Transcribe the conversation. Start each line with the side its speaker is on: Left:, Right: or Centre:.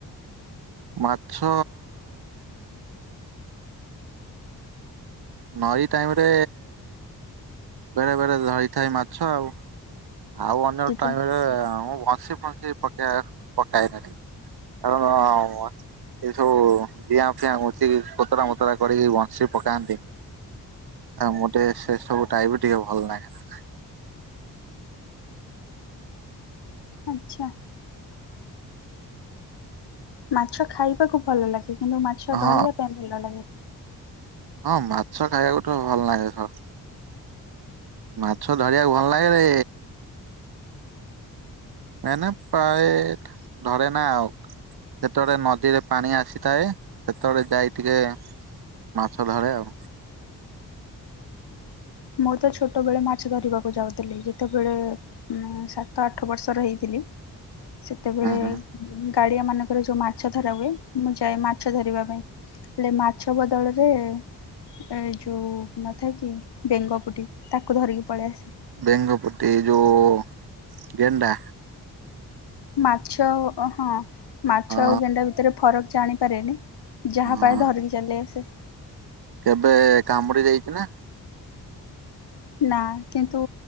Right: ମାଛ ନଈ ଟାଇମ ରେ ବେଳେ ବେଳେ ଧରିଥାଏ ମାଛ ଆଉ। ଆଉ ଅନ୍ୟ
Left: ଯେତେ
Right: ଟାଇମରେ ମୁଁ ବସି ସେ ପକ ପକାଇ ନଦେ କାରଣ <unintelligible> ଏଇ ସବୁ ଜିଆଁ ଫିଆଁ <inaudible> କତରା ମତରା କରିକି ବଂଶୀ ପକାନ୍ତି ଆଉ ମୋତେ ସେ ସବୁ ଟାଇବ ଟିକେ ଭଲ ଲାଗେନା
Left: ଆଚ୍ଛା। ମାଛ ଖାଇବାକୁ ଭଲ ଲାଗେ କିନ୍ତୁ ମାଛ
Right: ହଁ
Left: ଧରିବା ପାଇଁ ଭଲ ଲାଗେନି।
Right: ହଁ ମାଛ ଖାଇବାକୁ ତ ଭଲ ଲାଗେ। ମାଛ ଧରିବାକୁ ଭଲ ଲାଗେ ରେ ମାନ ପ୍ରାୟ ଧରେ ନା ଆଉ ଯେତେବେଳେ ନଦୀରେ ପାଣି ଆସିଥାଏ ସେତେବେଳେ ଯାଇ ଟିକେ ମାଛ ଧରେ ଆଉ
Left: ମୁଁ ତ ଛୋଟ ବେଳେ ମାଛ ଧରିବାକୁ ଯାଉଥିଲି ଯେତେବେଳେ ମୁଁ ସାତ ଆଠ ବର୍ଷର ହେଇଥିଲି ସେତେବେଳେ
Right: ହୁଁ
Left: ଗାଡିଆ ମାନଙ୍କରେ ଯୋଉ ମାଛ ଧରା ହୁଏ ମୁଁ ଯାଏ ମାଛ ଧରିବା ପାଇଁ ହେଲେ ମାଛ ବଦଳରେ ଏ ଯୋଉ ନଥାଏ କି? ବେଙ୍ଗପୁଟି ତାକୁ ଧରିକି ପଳି ଆସେ।
Right: ବେଙ୍ଗଫୁଟି ଏ ଯୋଉ ଗେଣ୍ଡା?
Left: ମାଛ ହଁ ମାଛ
Right: ହଁ
Left: ଆଉ ଗେଣ୍ଡା ଭିତରେ ଫରକ ଜାଣିପାରେନି ଯାହା
Right: ହଁ
Left: ପାଏ ଧରିକି ଚାଲି ଆସେ।
Right: କେବେ କାମୁଡି ଯାଇଛି ନା?
Left: ନା କିନ୍ତୁ